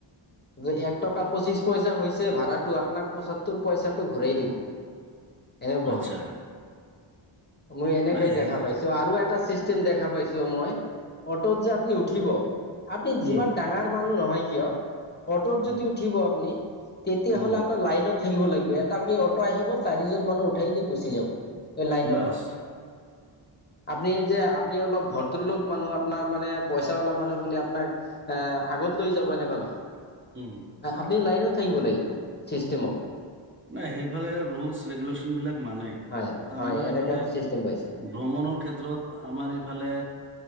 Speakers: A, on the left; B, on the right.
A: যে এক টকা পঁচিশ পইচা হৈছে ভাড়াটো, আপোনাক পচসত্তৰ পইচাটো ঘূৰাই দিব। এনেকুৱা
B: আচ্ছা।
A: হয় মই এনেকাই
B: নাই
A: দেখা
B: সেই
A: পাইছো আৰু এটা চিষ্টেম দেখা পাইছো মই। অটত যে আপুনি উঠিব, আপুনি যিমান
B: উম
A: ডাঙৰ মানুহ নহয় কিয় অটোত যদি
B: উম
A: উঠিব আপুনি তেতিয়াহ'লে
B: উম
A: আপোনাৰ লাইনত থাকিব লাগিব। এটা কে অট আহিব, চাৰিজন মানুহ উঠাই দি গুচি যাব। এই লাইনৰ
B: বাছ
A: পৰা। আপুনি যে, আপুনি অলপ ভদ্ৰলোক মানুহ। আপোনাৰ মানে পইচা ওলা মানুহ বুলি আপোনাক এ, আগত লৈ যাব এনেকুৱা নহয়।
B: উম
A: আপুনি লাইনত থাকিব লাগিব, চিষ্টেমত।
B: নাই সেইফালে ৰুলচ, ৰেগুলেশ্যন বিলাক মানেই।
A: হয়
B: কিন্তু
A: হয়
B: আমাৰ
A: এনেকা
B: ইফালে
A: চিষ্টেম পাইছোঁ।
B: ভ্ৰমণৰ ক্ষেত্ৰত আমাৰ ইফালে